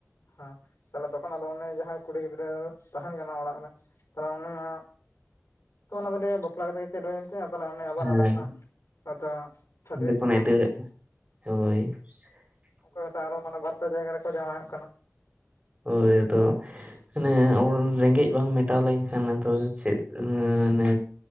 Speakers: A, on the left; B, on the right.
A: ᱦᱮᱸ ᱛᱟᱦᱞᱮ ᱛᱚᱠᱷᱚᱱ ᱟᱫᱚ ᱩᱱᱤ ᱡᱟᱦᱟᱸᱭ ᱠᱩᱲᱤ ᱜᱤᱫᱽᱨᱟᱹ ᱛᱟᱦᱮᱱ ᱠᱟᱱᱟ ᱚᱲᱟᱜ ᱨᱮ ᱛᱟᱦᱞᱮ ᱩᱱᱤ ᱢᱟ ᱛᱚ ᱚᱱᱟ ᱫᱚ ᱞᱟᱹᱭᱟ ᱵᱟᱯᱼᱼ ᱵᱟᱯᱞᱟ ᱠᱟᱛᱮ ᱜᱮ ᱪᱮᱫ ᱦᱩᱭᱮᱱ ᱛᱟᱭᱟ ᱛᱟᱦᱞᱮ ᱩᱱᱤ ᱟᱵᱟᱨ
B: ᱦᱮᱸ
A: ᱚᱸᱰᱮ ᱠᱷᱚᱱᱟᱜ ᱦᱚᱭᱛᱚ ᱪᱷᱟᱹᱰᱣᱤᱜᱽ
B: ᱚᱸᱰᱮ ᱠᱷᱚᱱᱟᱜ
A: ᱠᱟᱱᱟᱭ᱾
B: ᱫᱟᱹᱲ ᱦᱳᱭ ᱾
A: ᱚᱠᱚᱭ ᱦᱳᱭᱛᱳ ᱟᱨᱚ ᱢᱟᱱᱮ ᱵᱟᱨ ᱯᱮ ᱡᱟᱭᱜᱟ ᱨᱮᱠᱚ ᱡᱟᱶᱟᱭᱚᱜ ᱠᱟᱱᱟ ᱾
B: ᱦᱳᱭ ᱟᱫᱚ ᱼᱼ ᱢᱟᱱᱮ ᱨᱮᱸᱜᱮᱡ ᱵᱟᱝ ᱢᱮᱴᱟᱣ ᱞᱮᱱᱠᱷᱟᱱ ᱟᱫᱚ ᱪᱮᱫ ᱢᱟᱱᱮ